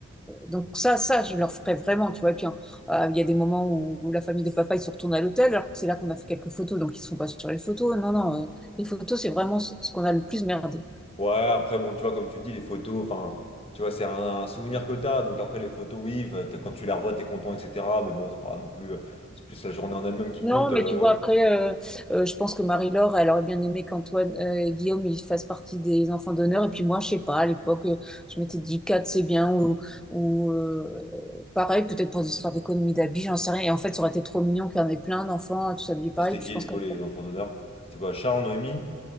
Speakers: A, in the centre; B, on the left.
A: donc ça, ça, je leur ferai vraiment, tu vois. Et puis, hein, euh, il y a des moments où, où la famille de papa, ils se retournent à l'hôtel, alors que c'est là qu'on a fait quelques photos, donc ils ne sont pas sur les photos. Non, non, euh, les photos, c'est vraiment ce, ce qu'on a le plus merdé.
B: Ouais, après, bon, tu vois, comme tu dis, les photos, enfin, tu vois, c'est un, un souvenir que t'as. Donc après, les photos, oui, f- t'es- quand tu les revois, t'es content, etc. Mais bon, c'est pas non plus. euh, C'est plus la journée en elle-même qui
A: Non,
B: compte.
A: mais
B: euh.
A: tu vois, après, euh, euh, je pense que Marie-Laure, elle aurait bien aimé qu'Antoine euh, et Guillaume, ils fassent partie des enfants d'honneur. Et puis moi, je sais pas, à l'époque, euh, je m'étais dit 4 c'est bien, ou, ou euh, pareil, peut-être pour des histoires d'économie d'habits, j'en sais rien. Et en fait, ça aurait été trop mignon qu'il y en ait plein d'enfants, tous habillés pareil.
B: Mais c'était
A: Puis
B: qui,
A: je pense
B: du
A: que
B: coup, les enfants d'honneur? C'est quoi, Charles, Noémie?